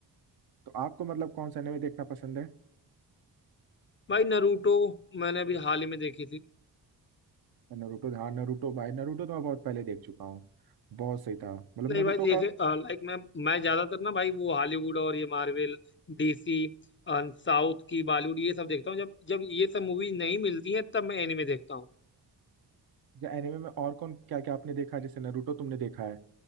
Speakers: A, on the right; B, on the left.
A: तो आपको मतलब कौन सा एनिमे देखना पसंद है
B: भाई नरूटो मैंने अभी हाल ही में देखी थी
A: नरूटो हाँ नरूटो भाई नरूटो तो मैं बहुत पहले देख चुका हूँ बहुत सही था मतलब
B: नहीं
A: नरूटो
B: भाई जैसे
A: का
B: लाइक मैं मैं ज्यादातर ना भाई वो हॉलीवुड और ये मार्वल डीसी साउथ की बॉलीवुड ये सब देखता हूँ जब जब ये सब मूवी नहीं मिलती हैं तब मैं एनिमे देखता हूँ
A: जो एनिमे में और कौन क्या क्या आपने देखा है जैसे नरूटो तुमने देखा है